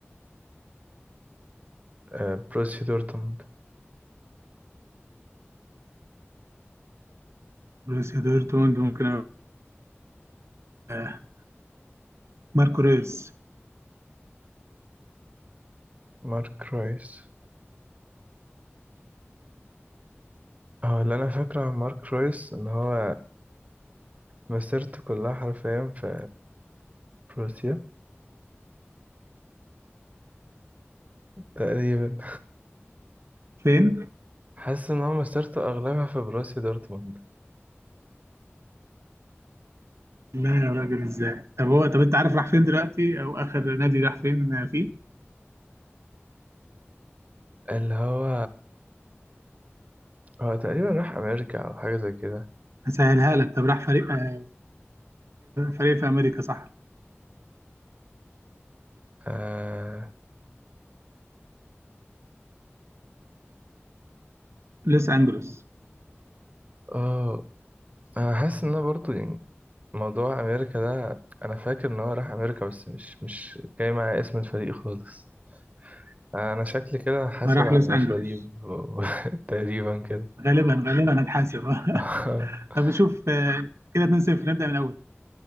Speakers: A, on the right (about 35°); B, on the right (about 85°).
A: آه بروسيا دورتموند
B: بروسيا دورتموند ممكن أقول آه ماركو رويس
A: مارك رويس اه اللي انا فاكره عن مارك رويس ان هو مسيرته كلها حرفيا في بروسيا تقريبا
B: فين؟
A: حاسس ان هو مسيرته اغلبها في بروسيا دورتموند
B: لا يا راجل إزاي؟ طب هو طب أنت عارف راح فين دلوقتي أو آخر نادي راح فين آه، فيه؟
A: اللي هو هو تقريبا راح امريكا او حاجه زي كده
B: هسهلها لك طب راح فريق آه فريق في أمريكا صح؟
A: اه
B: لوس أنجلوس
A: اه انا حاسس ان انا برضو يعني موضوع امريكا ده انا فاكر ان هو راح امريكا بس مش مش جاي معايا اسم الفريق خالص انا شكلي كده حاسب
B: آه، راح
A: على
B: لوس
A: المشاريب
B: أنجلوس
A: و- <laughs> تقريبا كده
B: غالبا غالبا هتحاسب <laughs>
A: <laughs>
B: طب شوف آه كده 2-0 نبدأ من الأول